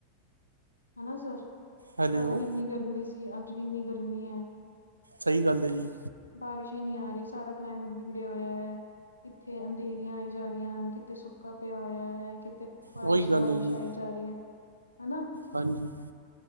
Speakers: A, on the left (about 80°); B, on the right (about 80°).
A: ਹੈਨਾ ਸਰ,
B: ਹੈਲੋ
A: ਕੱਲ ਵੀ ਇੰਨੀ ਗਰਮੀ ਸੀ, ਅੱਜ ਵੀ ਇੰਨੀ ਗਰਮੀ ਹੈ
B: ਸਹੀ ਗੱਲ ਹੈ ਜੀ
A: ਬਾਰਿਸ਼ ਹੀ ਨਹੀਂ ਆ ਰਹੀ, ਸਾਰਾ ਕਲਾਈਮੇਟ ਵਿਗੜਿਆ ਹੋਇਆ ਹੈ, ਇੱਥੇ ਅੰਧੇਰੀਆਂ ਆਈ ਜਾ ਰਹੀ ਹਨ ਕਿਤੇ ਸੁੱਕਾ ਪਿਆ ਹੋਇਆ ਹੈ ਕਿਤੇ ਬਾਰਿਸ਼
B: ਉਹੀ
A: ਹੀ
B: ਗੱਲ
A: ਬਾਰਿਸ਼
B: ਹੈ ਜੀ
A: ਆਈ ਜਾ ਰਹੀ ਹੈ, ਹੈਨਾ
B: ਹਾਂਜੀ